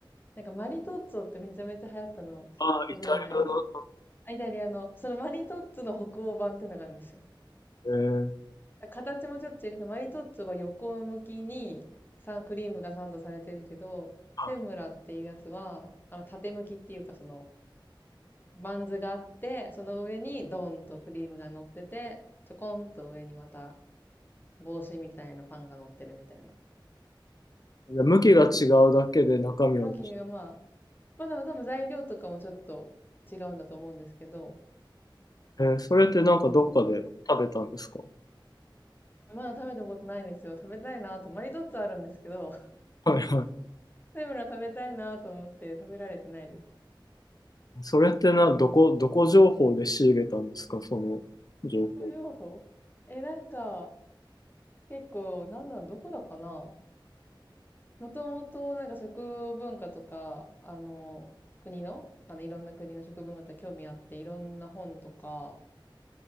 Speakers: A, on the left; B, on the left.
A: なんかマリトッツォってめちゃめちゃ流行ったの、
B: ああ、イタリアのなんか、
A: ご存知ないですかあイタリアの、そのマリトッツォの北欧版っていうのがあるんですよ。
B: ええ
A: 形もちょっと違う。マリトッツォは横向きにさ、クリームがサンドされてるけど、
B: は
A: セムラっていうやつは、あの、縦向きっていうか、その、バンズがあって、その上にドンとクリームが乗ってて、ちょこんと上にまた帽子みたいなパンが乗ってるみたいな。
B: いで向きが違うだけで中身は、
A: 向きがまあ、
B: え
A: まあでも多分材料とかもちょっと違うんだと思うんですけど、
B: ーそれってなんかどっかで食べたんですか
A: まだ食べたことないんですよ。食べたいなと。マリトッツォあるんですけど、
B: はいは
A: <laughs> セムラ食べたいなと思って食べられてないです。
B: い。それってな、どこ、どこ情報で仕入れたんですかその情報。
A: 個人情報え、なんか、結構、なんだろう、どこだかなもともと、なんか食文化とか、あの、国の、あの、いろんな国の食文化とか興味あって、いろんな本とか、